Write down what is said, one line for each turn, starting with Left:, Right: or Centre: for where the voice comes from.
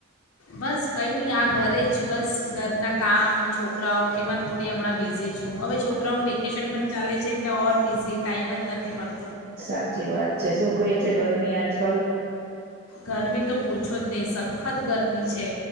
Left: બસ કંઈ નહીં આ ઘરે જ બસ ઘરનાં કામ છોકરાઓ એમાં જ થોડી હમણાં બિઝી છું, હવે છોકરાઓનું વેકેશન પણ ચાલે છે એટલે ઓર બિઝી ટાઈમ જ નથી મળ
Right: સાચી વાત છે શું કઈ છે ગરમી આજકાલ.
Left: ગરમી તો પૂછો જ નહીં સખત. ગરમી છે.